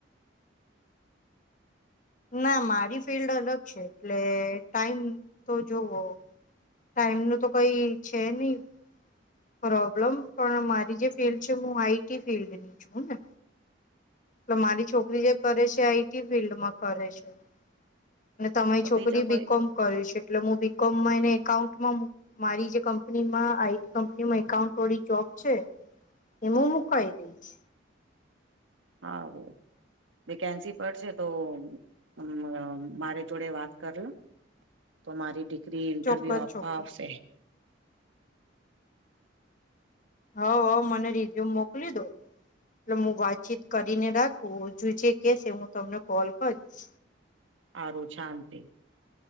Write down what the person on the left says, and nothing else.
ના મારી ફિલ્લડ અલગ છે એટલે ટાઈમ તો જોવો ટાઈમ નું તો કઈ છે નહી. પ્રોબ્લમ પણ મારી જે ફિલ્ડ છે હું આઈ ટી ફિલ્ડની છું ને. તો મારી છોકરી જે કરે છે આઈ ટી ફિલ્ડમાં કરે છે. અને તમારી
છોકરી
બીકોમ કર છે એટલે હું બીકોમ માં એને એકાઉન્ટમાં મારી જે કંપનીમાં આઈ ટી કંપનીમાં એકાઉન્ટ વાળી જોબ છે એમું મુકઈ દઈશ.
ચોક્કસ
ચોક્કસ
હ હ મને રિઝ્યુમ મોકલી દો. એટલે હું વાતચીત કરીને ને રાખું હજું જે કે છે હું તમને કોલ કરીસ.